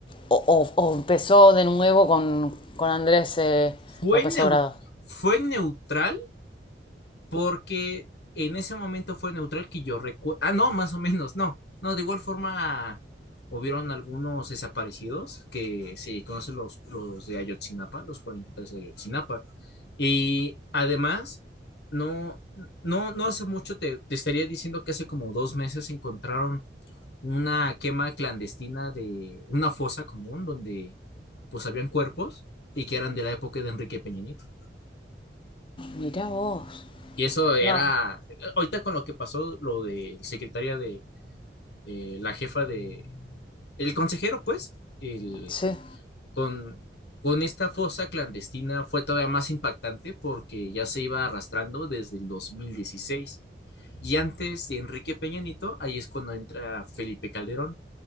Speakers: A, on the left; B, on the left.
A: o, o- o empezó de nuevo con, con Andrés eh,
B: fue,
A: López
B: neu-
A: Obrador?
B: fue neutral porque en ese momento fue neutral que yo recuerdo. Ah, no, más o menos, no. No, de igual forma hubieron algunos desaparecidos que se conocen los, los de Ayotzinapa, los 43 de Ayotzinapa. Y además, no, no, no hace mucho te, te estaría diciendo que hace como dos meses encontraron una quema clandestina de una fosa común donde pues habían cuerpos y que eran de la época de Enrique Peña Nieto.
A: Mirá vos.
B: Y eso era,
A: No.
B: ahorita con lo que pasó, lo de secretaria de eh, la jefa de, el consejero, pues, el,
A: Sí.
B: con, con esta fosa clandestina fue todavía más impactante porque ya se iba arrastrando desde el 2016. Y antes de Enrique Peña Nieto, ahí es cuando entra Felipe Calderón,